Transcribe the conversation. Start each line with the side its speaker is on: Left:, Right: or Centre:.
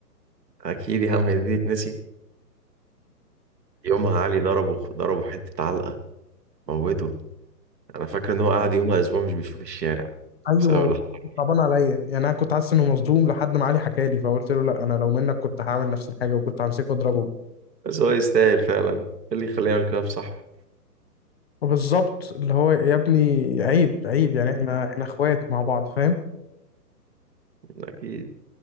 Right: اكيد يا عم هي دي تتنسي يومها علي ضربه ضربه حته علقه موته انا فاكر ان هو قعد يومها اسبوع مش بيشوف الشارع
Left: ايوه
Right: بسبب اللي حصل
Left: كنت صعبان عليا يعني انا كنت حاسس انه مظلوم لحد ما علي حكى لي فقلت له لا انا لو منك كنت هعمل نفس الحاجه وكنت همسكه واضربه
Right: بس هو يستاهل فعلا إيه اللي يخليه يعمل كده في صاحبه
Left: بالظبط اللي هو يا ابني عيب عيب يعني احنا احنا اخوات مع بعض فاهم
Right: اكيد